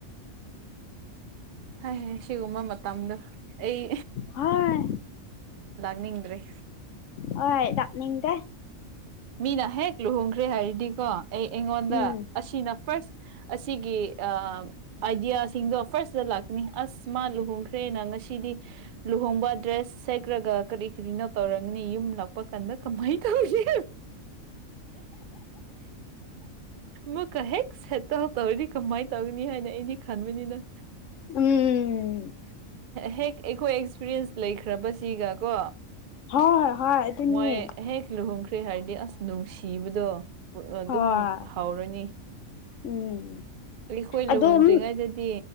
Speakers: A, on the right (about 70°); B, on the left (about 70°).
A: ꯍꯥꯏ ꯍꯥꯏ ꯁꯤꯒꯨꯝꯕ ꯃꯇꯝꯗꯣ ꯑꯩ
B: ꯍꯣꯏ
A: ꯂꯥꯛꯅꯤꯡꯗ꯭ꯔꯦ
B: ꯍꯣꯏ ꯂꯥꯛꯅꯤꯡꯗꯦ
A: ꯃꯤꯅ ꯍꯦꯛ ꯂꯨꯍꯣꯡꯈ꯭ꯔꯦ ꯍꯥꯏꯔꯗꯤꯀꯣ ꯑꯩ ꯑꯩꯉꯣꯟꯗ
B: ꯎꯝ
A: ꯑꯁꯤꯅ ꯐꯥꯔ꯭ꯁ ꯑꯁꯤꯒꯤ ꯑꯥ ꯑꯥꯏꯗꯤꯌꯥꯁꯤꯡꯗꯣ ꯐꯥꯔꯁꯇ ꯂꯥꯛꯀꯅꯤ ꯑꯁ ꯃꯥ ꯂꯨꯍꯣꯡꯈ꯭ꯔꯦꯅ ꯉꯁꯤꯗꯤ ꯂꯨꯍꯣꯡꯕ ꯗ꯭ꯔꯦꯁ ꯁꯦꯠꯈ꯭ꯔꯒ ꯀꯔꯤ ꯀꯔꯤꯅꯣ ꯇꯧꯔꯒꯅꯤ ꯌꯨꯝ ꯂꯥꯛꯄ ꯀꯥꯟꯗ ꯀꯃꯥꯏ ꯇꯧꯅꯤ ꯃꯨꯛꯀ ꯍꯦꯛ ꯁꯦꯠꯇꯜ ꯇꯧꯔꯗꯤ ꯀꯃꯥꯏꯅ ꯇꯧꯅꯤ ꯍꯥꯏꯅ ꯑꯩꯗꯤ ꯈꯟꯕꯅꯤꯅ
B: ꯎꯝ
A: ꯍꯦꯛ ꯑꯩꯈꯣꯏ ꯑꯦꯛꯁꯄꯤꯔꯤꯌꯦꯟ꯭ꯁ ꯂꯩꯈ꯭ꯔꯕꯁꯤꯒ ꯀꯣ
B: ꯍꯣꯏ ꯍꯣꯏ ꯑꯗꯨꯅꯤ
A: ꯃꯣꯏ ꯍꯦꯛ ꯂꯨꯍꯣꯡꯈ꯭ꯔꯦ ꯍꯥꯏꯔꯗꯤ ꯑꯁ ꯅꯨꯡꯁꯤꯕꯗꯣ ꯑꯗꯨꯝ
B: ꯍꯣꯏ
A: ꯍꯥꯎꯔꯅꯤ
B: ꯎꯝ
A: ꯑꯩꯈꯣꯏ
B: ꯑꯗꯨꯝ
A: ꯂꯨꯍꯣꯡꯗ꯭ꯔꯤꯉꯩꯗꯗꯤ